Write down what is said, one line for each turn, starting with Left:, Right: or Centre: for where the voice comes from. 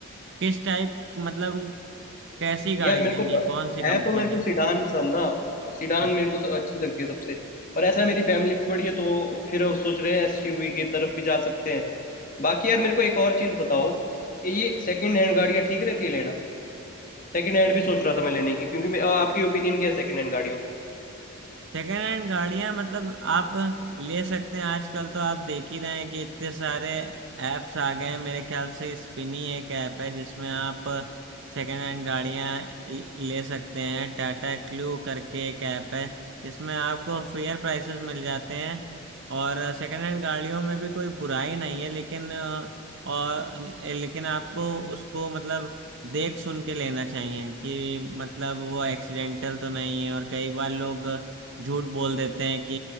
Right: किस टाइप मतलब कैसी गाड़ी
Left: यार मेरे
Right: लेनी
Left: को
Right: है कौन सी कंपनी
Left: है तो मेरे को सिडान पसंद ना सिडान
Right: की
Left: मेरे को अच्छी लगती है सबसे पर ऐसा है, मेरी फैमिली भी बड़ी है तो फिर वो सोच रहे हैं एसयूवी की तरफ भी जा सकते हैं बाकी यार मेरे को एक और चीज़ बताओ ये सेकंड हैंड गाड़ियाँ ठीक रहती है लेना सेकंड हैंड भी सोच रहा था मैं लेने की क्योंकि मैं- आपकी ओपिनियन क्या है सेकंड हैंड गाड़ियों पे
Right: सेकेंड हैंड गाड़ियां मतलब आप ले सकते हैं आजकल तो आप देख ही रहे हैं कि इतने सारे ऐप्स आ गए हैं मेरे ख्याल से स्पिनी एक ऐप है जिसमें आप सेकेंड हैंड गाड़ियां ले सकते हैं टाटा क्लू करके एक ऐप है जिसमें आपको फेयर प्राइसेस मिल जाते हैं और सेकेंड हैंड गाड़ियों में भी कोई बुराई नहीं है लेकिन अ, और लेकिन आपको उसको मतलब देख सुन के लेना चाहिए कि मतलब वो एक्सीडेंटल तो नहीं है और कई बार लोग झूठ बोल देते हैं कि